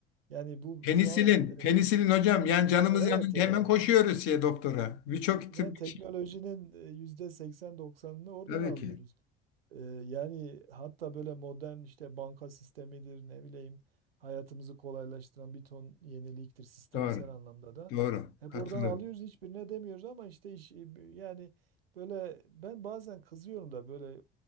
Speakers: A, on the right; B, on the left.
A: Yani bu
B: Penisilin,
A: şu an e,
B: penisilin hocam. Yani canımız
A: evet
B: yanınca
A: yani
B: hemen koşuyoruz şey doktora. Birçok
A: Yani
B: tıbbi
A: teknolojinin
B: şey.
A: e, yüzde 80-90'ını oradan
B: Tabii
A: alıyoruz.
B: ki.
A: Ee, yani hatta böyle modern işte banka sistemidir ne bileyim hayatımızı kolaylaştıran bir ton yeniliktir sistemsel
B: Doğru.
A: anlamda da.
B: Doğru.
A: Hep
B: Katılıyorum.
A: oradan alıyoruz hiçbirine demiyoruz ama işte iş, yani böyle ben bazen kızıyorum da böyle